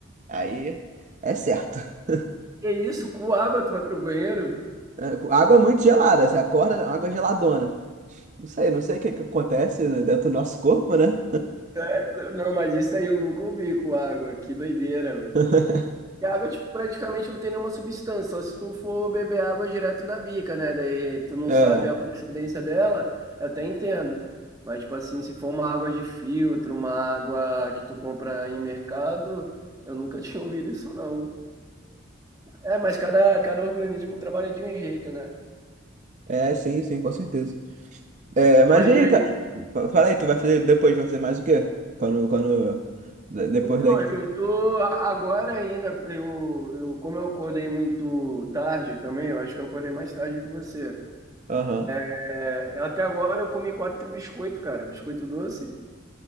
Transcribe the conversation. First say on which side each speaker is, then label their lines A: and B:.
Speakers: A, on the right; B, on the right.
A: Aí é certo. <laughs>
B: Que isso, com água tu vai pro banheiro?
A: É, Água muito gelada, você acorda, água geladona. Não sei, não sei o que que acontece né, dentro do nosso corpo, né?
B: É, não, mas isso aí eu nunca ouvi com água. Que doideira.
A: <laughs>
B: E a água tipo, praticamente não tem nenhuma substância, só se tu for beber água direto da bica, né? Daí tu não
A: É,
B: sabe a procedência dela, eu até entendo. Mas, tipo assim, se for uma água de filtro, uma água que tu compra em mercado, eu nunca tinha ouvido isso, não. É, mas cada, cada organismo trabalha de um jeito, né?
A: é, sim, sim, com certeza. É, mas
B: Mas
A: e aí,
B: e-
A: cara? Fa- Fala aí, tu vai fazer depois, vai fazer mais o quê? Quando, quando, de- depois
B: então,
A: daqui.
B: eu tô a- agora ainda, eu, eu como eu acordei muito tarde também, eu acho que eu acordei mais tarde que você.
A: Aham.
B: É, até agora eu comi quatro biscoitos, cara. Biscoito doce,